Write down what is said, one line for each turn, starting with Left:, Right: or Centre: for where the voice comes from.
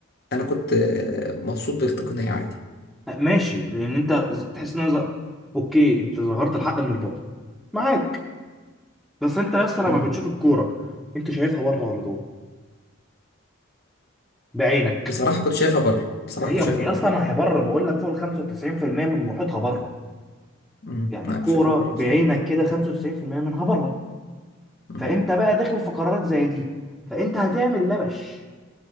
Left: انا كنت آه، مبسوط بالتقنية عادي
Centre: ماشي لان انت ز- تحس ان أنا ز- اوكي انت ظهرت الحق من الباطل معاك بس انت يا اسطى لما
Left: مم.
Centre: بتشوف الكوره انت شايفها بره ولا جوه بعينك
Left: بصراحة كنت شايفها بره بصراحة
Centre: ما هي
Left: كنت شايفها
Centre: يا
Left: بره
Centre: اسطى ما هي بره بقول لك فوق ال 95% من محيطها بره
Left: مم.
Centre: يعني
Left: انا
Centre: الكوره
Left: كنت شايفها بره
Centre: بعينك
Left: بصراحة
Centre: كده 95% منها بره
Left: مم.
Centre: فانت بقى داخل في قرارات زي دي فانت هتعمل لبش